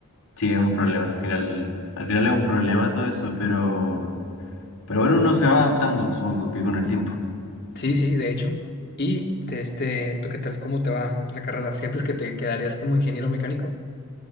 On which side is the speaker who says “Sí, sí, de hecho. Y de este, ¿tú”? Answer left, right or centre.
Left